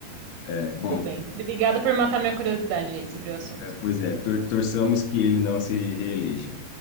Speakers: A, on the left (about 80°); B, on the right (about 80°).
A: É, bom.
B: Tudo bem. Obrigada por matar minha curiosidade aí sobre o assunto.
A: É, Pois é, tor- torçamos que ele não se reeleja.